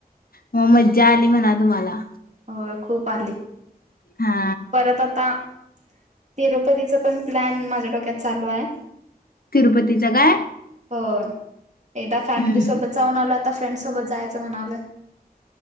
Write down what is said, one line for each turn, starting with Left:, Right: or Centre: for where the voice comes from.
Left: म मज्जा आली म्हणा तुम्हाला.
Right: होय खूप आली.
Left: हा
Right: परत आता. तिरुपतीचा पण प्लॅन माझ्या डोक्यात चालू हाय.
Left: तिरुपतीचं काय?
Right: हो. एकदा फॅमिली
Left: हम्म.
Right: सोबत जाऊन आलात? आता फ्रेंड सोबत जायचं म्हणालोय.